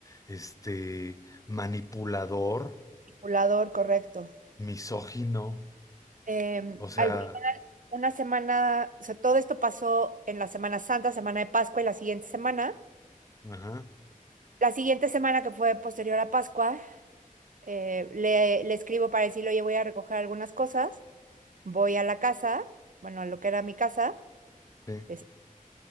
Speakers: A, on the left (about 25°); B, on the right (about 65°).
A: este, manipulador,
B: manipulador, correcto.
A: misógino.
B: Em,
A: O sea,
B: al final, una semana, o sea, todo esto pasó en la Semana Santa, Semana de Pascua y la siguiente semana.
A: ajá,
B: La siguiente semana, que fue posterior a Pascua, eh, le, le escribo para decirle, oye, voy a recoger algunas cosas, voy a la casa, bueno, a lo que era mi casa,
A: sí,
B: es-